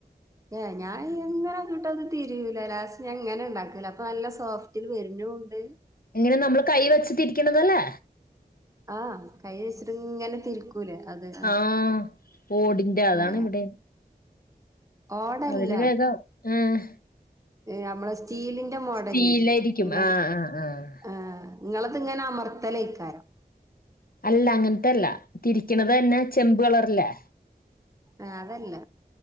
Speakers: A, on the right (about 20°); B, on the left (about 65°).
A: ഏ ഞാൻ എങ്ങനെോട്ട് അത് തിരിൂല ലാസ് എങ്ങനെ ഉണ്ടാക്കല അപ്പൊ നല്ല സോഫ്റ്റില് വ ഉണ്ട്
B: എങ്ങനെ നമ്മള് കൈ വെച്ചിത്തിരിക്കണതല്ലേ
A: ആഹ കൈച്ചട്ട ഇങ്ങനെ തിരുക്കൂല അത് ആ
B: ആഹ് ഓടിന്റെ അതാണ്
A: ഏ
B: ഇവിടെ
A: ഓടല്ല
B: അതില് വേഗം ആഹ്
A: നമ്മള സ്റ്റീലിന്റെ മോഡല
B: സ്റ്റീലായിരിക്കും
A: ഇല്ലയേ ഇങ്ങനെ
B: ആഹ് ആഹ് ആഹ്
A: ഹ നിങ്ങളത് ഇങ്ങനെ അമർത്തലയിക്കാരം
B: അല്ല അങ്ങനത്തല്ല തിരിക്കണത് തന്നെ ചെമ്പ് കളറല്ലേ
A: ആ അതല്ല